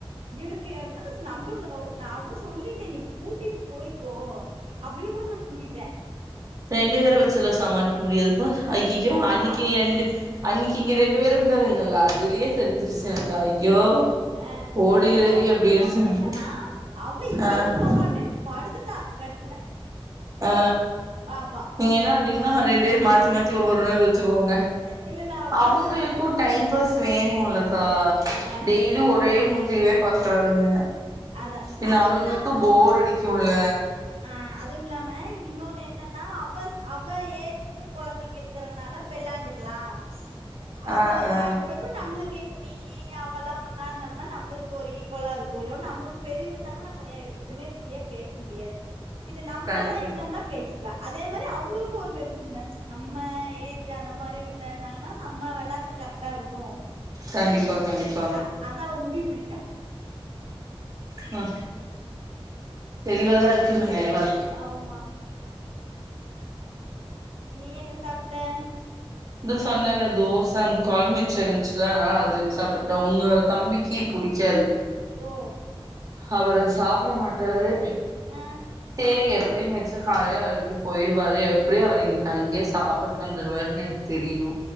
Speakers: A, on the right; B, on the right.
A: எனக்கு என்னஸ் நம்மவளுக்கு நா கூட சொல்லிட்டே நீ கூட்டிட்டு போய்கோ அப்டினு கூட நா சொல்லிட்ட
B: ரெண்டு பேர வச்சில்லா சமாளிக் முடியாதுப்ப அய்யோ
A: இல்லப்பா
B: அன்னிக்கு யெண்டு அன்னிக்கு இங்க ரெண்டு பேரு இருந்தாள்கள அதுலயே செரிஞ்சிருச்சு எனக்கு ஐயோ
A: அ
B: ஓடிரடி
A: இதுல
B: அப்டிருச்சு
A: இன்னொன்னு
B: எனக்கு
A: என்னன்னா அவ இங்கிருந்து
B: ஆ
A: போகமாட்டென் படுத்துட்டா கட்டுல
B: ஆ
A: பாப்பா
B: நீங்க என்ன பண்றீங்கனா ரெண்டேர் மாத்தி மாத்தி ஒவ்வொரு நாள் வச்சிக்கோங்க
A: இல்ல நா அப்பதா
B: அவுங்களுக்கு
A: சொன்னே
B: டைம் ப்பஸ் வேணும்லதா
A: ஆ
B: டெய்லி ஒரே மூஞ்சுயவே பாக்குறாளுங்க
A: அதா
B: என்ன
A: அதுவும்
B: அவள்ங்களுக்கு போர் அடிக்கும்ல
A: அ அதுவுமில்லாம இன்னொன்னு என்னன்னா அவ அவ ஏஜ் க்கு கொழந்தைங்க இருக்கறதனால வெள்ளாண்டுக்கலாம் அது
B: ஆ ஆ
A: இப்ப இப்ப நம்ளுக்கு இப்ப நீ நீ அவல்லா ஒன்னா இருந்தோம்னா நம்ளுக்கு ஒரு ஈக்குவலா இருக்கு இதோட நம்மளுக்கு பெரியவங்க இருந்தாங்கான நம்ம ஏ எதுமே ஃப்ரீயா பேச முடியாது இது நம்மலா
B: கண்டிப்பா
A: இருந்தோம்னா பேசிக்கலாம் அதே மாரி அவுங்களுக்கும் ஒரு இருக்கும்ன நம்ம ஏஜ் அந்த மாரி உள்ள இருந்தாங்கன்னா நம்ம வெளார்த்துக்கு கரெக் டருக்கும்
B: கண்டிப்பா கண்டிப்பா
A: அ அத அவ முடிவு பண்ணிட்டா
B: அ தெளிவாதா இருக்குதுங்க எல்லா
A: ஆமா நீ என்ன சாப்ட
B: இது சொன்னல்ல தோசங் கொழம் மிச்சருந்ச்சுல அதனால அது வெச் சாப்பிட்டோ உங்க தம்பிக்கு புடிக்காது
A: ஓ
B: அவரு சாப்பிட மாட்டாரு
A: ஆ
B: சேரி எப்படியு மிச்ச காலில அது போயிருவாரு எப்படியு அவரு இன்னிக் அங்யே சாப்பிட் வந்துருவாருன் எனக் தெரியு